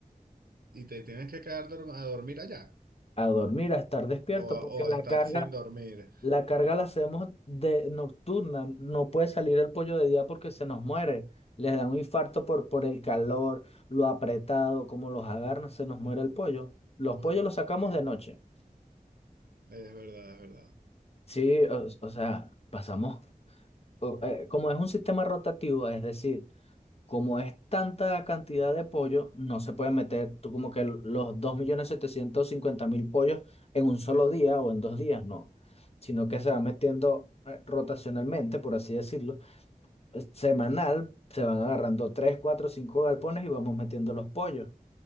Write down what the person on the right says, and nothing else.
¿Y te tienes que quedar dorm- a dormir allá?
O a,
o
a estar
sin dormir.
Uy,
sí,
es verdad, es verdad.